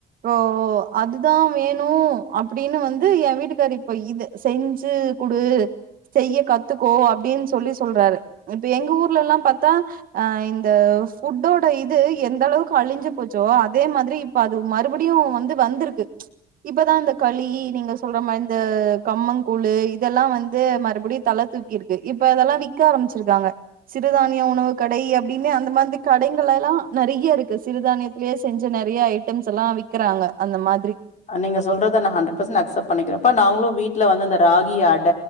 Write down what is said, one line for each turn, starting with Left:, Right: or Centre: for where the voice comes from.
Right: ஓ ஓ அதுதா வேணு அப்படின்னு வந்து என் வீட்டுக்காரு இப்ப இத செஞ்சு குடு செய்ய கத்துக்கோ அப்டின்னு சொல்லி சொல்றாரு இப்ப எங்க ஊர்ல எல்லா பாத்தா அ இந்த ஃபுட்டோட இது எந்த அளவுக்கு அழிஞ்சு போச்சோ அதே மாதிரி இப்ப அது மறுபடியு வந்து வந்திருக்கு இப்பதா இந்த களி நீங்க சொல்ற மார் இந்த கம்பங் கூழு இதெல்லா வந்து மறுபடியு தல தூக்கிருக்கு இப்ப இதெல்லா விக்க ஆரம்பிச்சிருக்காங்க சிறுதானிய உணவு கடை அப்படின்னே அந்த மாதிரி கடைகள் எல்லா நெறைய இருக்கு சிறுதானிய லே செஞ்ச நெறைய ஐட்டம்ஸ் எல்லா விக்கறாங்க அந்த மாதிரி
Left: அ நீங்க சொல்றத நான் ஹண்ட்ரட் பெர்சன்ட் அக்ஸப்ட் பண்ணிக்கிறேப்பா நாங்களும் வீட்ல வந்து இந்த ராகி அட